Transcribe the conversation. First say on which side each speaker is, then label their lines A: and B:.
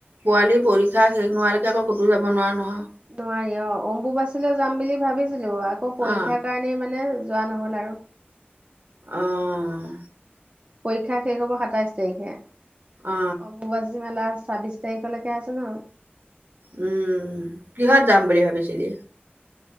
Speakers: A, on the right (about 70°); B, on the right (about 35°).
A: পোৱালি পৰীক্ষা শেষ নোহোৱালৈকে আকৌ ক'তো যাব নোৱাৰা নহয়।
B: নোৱাৰি অ অম্বুবাচীলৈ যাম বুলি ভাবিছিলো আকৌ পৰীক্ষাৰ
A: অ
B: কাৰণেই মানে যোৱা নহল আৰু।
A: অহ
B: পৰীক্ষা শেষ হব সাতাইশ তাৰিখে,
A: অ
B: অম্বুবাচী মেলাচ <unintelligible> ছাব্বিশ তাৰিখলৈকে আছে ন?
A: উম, কিহত যাম বুলি ভাবিছিলি?